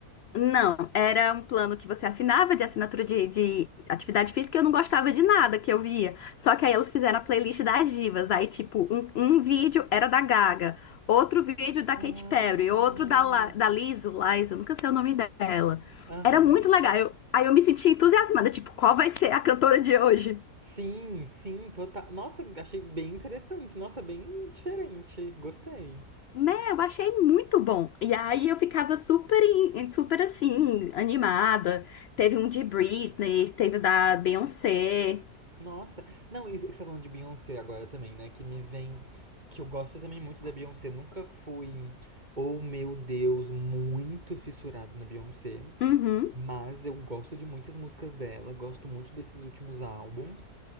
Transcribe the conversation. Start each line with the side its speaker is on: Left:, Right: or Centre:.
Left: Não, era um plano que você assinava de assinatura de, de atividade física e eu não gostava de nada que eu via. Só que aí elas fizeram a playlist das divas. Aí, tipo, um, um vídeo era da Gaga, outro vídeo da
Right: Ah.
Left: Katy Perry, outro da, La- da Lizzo, Lizzo, nunca sei o nome dela.
Right: Aham.
Left: Era muito legal. Eu- aí eu me senti entusiasmada, tipo, qual vai ser a cantora de hoje?
Right: Sim, sim, total. Nossa, achei bem interessante. Nossa, bem diferente. Gostei.
Left: Né, eu achei muito bom. E aí eu ficava super, em- super assim, animada. Teve um de Britney, teve o da Beyoncé.
Right: Nossa. Não, isso que você tá falando de Beyoncé agora também, né? Que me vem. Que eu gosto também muito da Beyoncé. Nunca fui, oh meu Deus, muito fissurado na Beyoncé.
Left: Uhum,
Right: Mas eu gosto de muitas músicas dela, gosto muito desses últimos álbuns.